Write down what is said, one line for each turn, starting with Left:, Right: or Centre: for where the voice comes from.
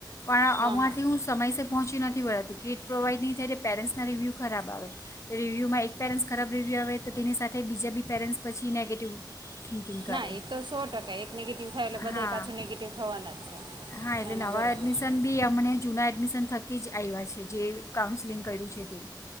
Left: પણ
Right: હા
Left: અમારથી
Right: હા
Left: હું સમયસર પહોંચી નથ નથી વળાતું કિટ પ્રોવાઈડ નહીં થાય તો પેરેન્ટ્સના રિવ્યૂ ખરાબ આવે તો રિવ્યૂમાં એક પેરેન્ટ્સ ખરાબ રિવ્યુ આવે તો તેની સાથે બીજા બી પેરેન્ટ્સ પછી નેગેટિવ થિંકિંગ કરે
Right: ના એ તો સો ટકા એક નેગેટિવ થાય એટલે બધાએ
Left: હા
Right: પાછો નેગેટિવ થવાના જ. છે
Left: હા એટલે
Right: ના
Left: નવા
Right: ના બરાબર
Left: એડમિશન
Right: છે
Left: બી અમને જૂના એડમિશન થત કી જ આવ્યા છે જે કાઉન્સલિંગ કર્યું છે તે